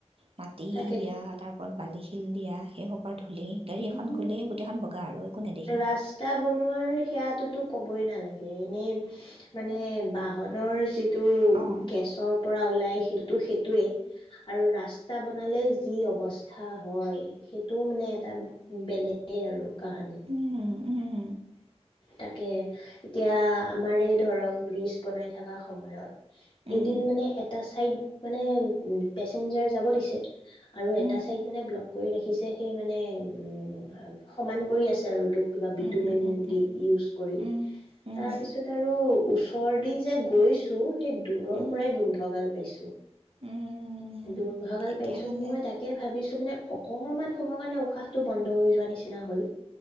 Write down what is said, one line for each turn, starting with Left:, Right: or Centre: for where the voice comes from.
Right: মা দি
Left: তাকেতো
Right: দিয়া তাৰ বালি-শিল দিয়া সেই অই ধূলি গাড়ী
Left: উম
Right: এখন গ'লে গোটেইখন বগা আৰু একো নেদেখি
Left: ৰাস্তা বনোৱাৰ সেয়াটোতো ক'বই নালাগে এনেই মানে বাঁহ ধনৰ টো
Right: অঁ
Left: গেছৰ পৰা ওলাই সেইটো সেইটোৱে আৰু ৰাস্তা বনালে যি অৱস্থা হয় সেইটোও মানে এটা বেলেগেই আৰু কাহানী
Right: উম, উম,
Left: তাকে এতিয়া আমাৰে ধৰক ব্ৰীজ বনাই ঠাকা সময়ত
Right: উম,
Left: এদিন মানে এটা চাইড মানে পেচেঞ্জাৰ যাব দিছে আৰু এটা
Right: উম,
Left: চাইড মানে ব্ল'ক কৰি ৰাখিছে সেই মানে উ সমান কৰি আছে আৰু ইটো কিবা বিটুমিন
Right: উম, উম, উম,
Left: ডি
Right: উম,
Left: ইউজ কৰি
Right: উম, উম,
Left: তাৰ পিছত আৰু ওচৰত <unintelligible> যে গৈছো সেই দূৰৰ
Right: উম,
Left: পৰাই গোন্ধ গাল পাইছো।
Right: উম,
Left: গোন্ধ গাল
Right: তেতিয়াহ'লে
Left: পাইছো মই তাকে ভাবিছো মানে অকণমান সময়ৰ কাৰণে উশাহটো বন্ধ হৈ যোৱাৰ নিচিনা হ'ল।